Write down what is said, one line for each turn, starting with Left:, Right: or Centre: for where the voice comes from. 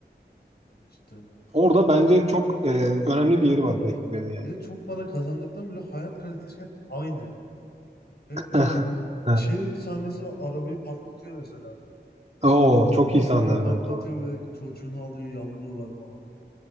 Left: cidden.
Right: Orada bence çok e, önemli bir yeri var Breaking Bad'in yani.
Left: Bir de çok para kazandıktan bile hayat kalitesi hep aynı. Hep
Right: <laughs>
Left: böyle
Right: Evet.
Left: şey sahnesi var arabayı patlatıyor mesela.
Right: Oo çok
Left: Arabayı
Right: iyi sahnelerdendir
Left: patlatıyor
Right: o.
Left: böyle çocuğunu alıyor yanlıyorlar falan.